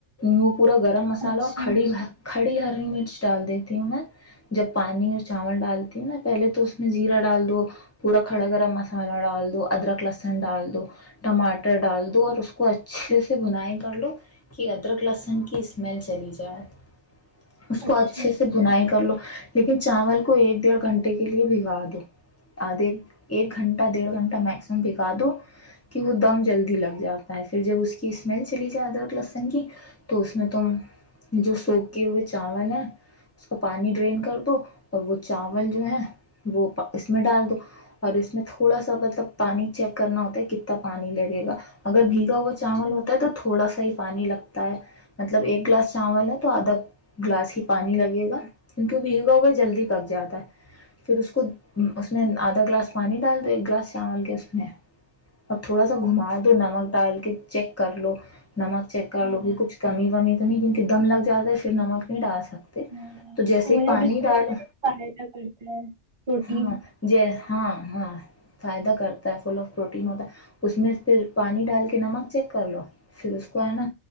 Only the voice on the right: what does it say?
اچھا
اچھا
اچھا
ہاں
ہاں
سویا
بین
ویسے بھی فائدہ کرتا ہے پروٹین